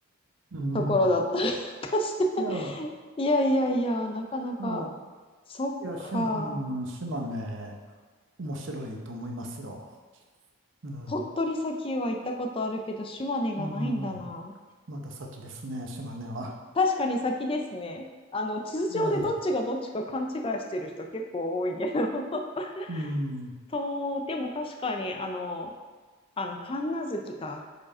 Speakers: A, on the right (about 60°); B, on the left (about 25°).
A: うん。
B: ところだったりとかして。<laughs>
A: いや、
B: いやいやいや、なかなか。
A: いや、
B: そっか。
A: いや、し、うん、島ね面白いと思いますよ。うん、
B: 鳥取砂丘は行ったことあるけど、島根がないんだな。
A: うん。まだ先ですね、島根は。
B: 確かに先ですね。あの、地図上でどっちがどっちか勘違いしてる人結構多いけど。
A: ええ、
B: <laughs>
A: うん。
B: そう、でも確かに、あの、あの、神無月か。